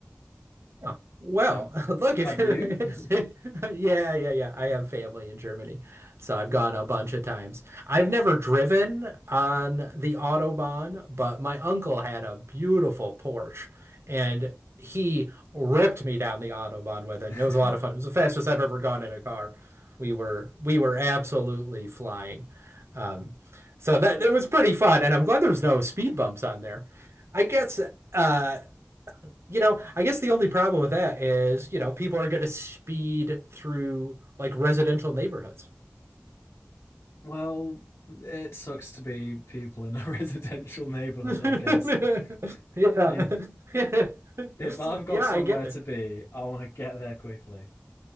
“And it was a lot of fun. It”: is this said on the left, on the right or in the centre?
Right